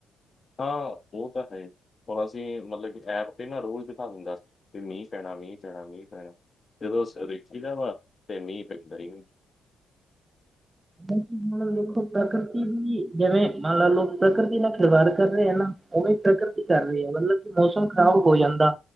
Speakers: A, on the left (about 35°); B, on the right (about 25°).
A: ਹਾਂ ਉਹ ਤਾਂ ਹੈ ਈ। ਹੁਣ ਅਸੀਂ ਮਤਲਬ ਕਿ ਐਪ ਤੇ ਨਾ ਰੋਜ਼ ਦਿਖਾ ਦਿੰਦਾ ਵੀ ਮੀਂਹ ਪੈਣਾ- ਮੀਂਹ ਪੈਣਾ- ਮੀਂਹ ਪੈਣਾ। ਜਦੋਂ ਅਸੀ ਦੇਖੀ ਵਾ ਤੇ ਮੀਂਹ ਪੈਂਦਾ ਨਹੀ
B: <inaudible> ਦੇਖੋ ਪ੍ਰਕਿਰਤੀ ਦੀ ਜਿਵੇਂ ਮੰਨ ਲ ਲੋਕ ਪ੍ਰਕਿਰਤੀ ਨਾਲ ਖਿਲਵਾੜ ਕਰ ਰਹੇ ਹੈ ਨਾ। ਉਵੇਂ ਪ੍ਰਕਰਤੀ ਕਰ ਰਹੀ ਆ ਮਤਲਬ ਕਿ ਮੌਸਮ ਖ਼ਰਾਬ ਹੋ ਜਾਂਦਾ